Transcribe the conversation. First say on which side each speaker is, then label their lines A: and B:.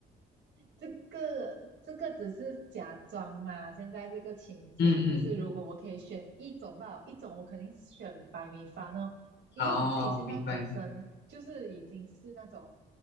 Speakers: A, on the right; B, on the left.
A: 这个这个只是假装嘛，现在这个情景就是如果我可以选一种吧，
B: 嗯嗯，
A: 一种我肯定选白米饭哦，因为我自己现在本身就是已经是那种
B: 哦，明白。